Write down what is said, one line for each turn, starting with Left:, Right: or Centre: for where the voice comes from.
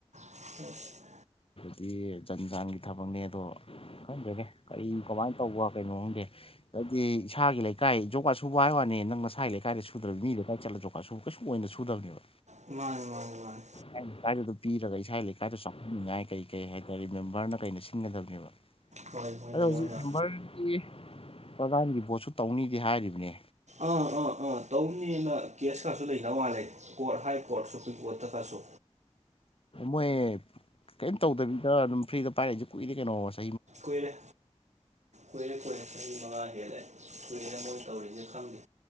Right: ꯑꯁ
Left: ꯗꯤ ꯖꯟ ꯖꯥꯟꯒꯤ ꯊꯕꯛꯅꯦ ꯑꯗꯣ ꯈꯪꯖꯒꯦ ꯀꯔꯤ ꯀꯃꯥꯏꯅ ꯇꯧꯕ ꯀꯩꯅꯣ ꯈꯪꯗꯦ ꯍꯥꯏꯗꯤ ꯏꯁꯥꯒꯤ ꯂꯩꯀꯥꯏ ꯖꯣꯒꯥ ꯁꯨꯕ ꯍꯥꯏꯕ ꯋꯥꯅꯤ ꯅꯪ ꯅꯁꯥꯒꯤ ꯂꯩꯀꯥꯏꯗ ꯁꯨꯗ꯭ꯔꯕ ꯃꯤ ꯂꯩꯀꯥꯏ ꯆꯠꯂꯒ ꯖꯣꯒꯥ ꯁꯨꯕ ꯀꯩꯁꯨ ꯁꯨꯗꯕꯅꯦꯕ
Right: ꯃꯥꯅꯦ ꯃꯥꯅꯦ ꯃꯥꯅꯦ
Left: ꯑ ꯀꯥꯏꯗꯨꯗꯣ ꯄꯤꯔꯒ ꯑꯩ ꯆꯥꯎꯈꯟꯅꯤꯡꯉꯥꯏ ꯀꯩ ꯀꯩ ꯍꯥꯏꯇꯥꯔꯦ ꯃꯦꯝꯕꯔꯅ ꯀꯩꯅ ꯁꯤꯟꯒꯗꯕꯅꯦꯕ
Right: ꯍꯣꯏ ꯃꯣꯏꯅ
Left: ꯑꯗꯣ
Right: ꯃꯣꯏꯅ
Left: ꯍꯧꯖꯤꯛ ꯃꯦꯝꯕꯔꯒꯤ ꯄ꯭ꯔꯀꯥꯟꯒꯤ ꯄꯣꯠꯁꯨ ꯇꯧꯅꯤꯗꯦ ꯍꯥꯏꯔꯤꯕꯅꯦ
Right: ꯑꯥ ꯑꯥ ꯑꯥ ꯇꯧꯅꯦꯅ ꯀꯦꯁ ꯀꯔꯁꯨ ꯂꯩ ꯅꯋꯥ ꯂꯩ ꯀꯣꯔꯠ ꯍꯥꯏ ꯀꯣꯔꯠ ꯁꯨꯄ꯭ꯔꯤꯝ ꯀꯣꯔꯠꯇ ꯐꯥꯁꯣ
Left: ꯃꯣꯏ ꯀꯔꯤꯝ ꯇꯧꯗꯕꯤꯗ ꯑꯗꯨꯝ ꯐ꯭ꯔꯤꯗ ꯄꯥꯏꯔꯛꯏꯁꯦ ꯀꯨꯏꯔꯦ ꯀꯩꯅꯣ ꯑꯣꯏꯔꯁ
Right: ꯑꯩꯔ ꯑꯩꯔ ꯀꯄ ꯃꯉ ꯍꯦꯔꯦ ꯀꯔꯗ ꯇꯧꯔꯤꯗ ꯈꯪꯗꯦ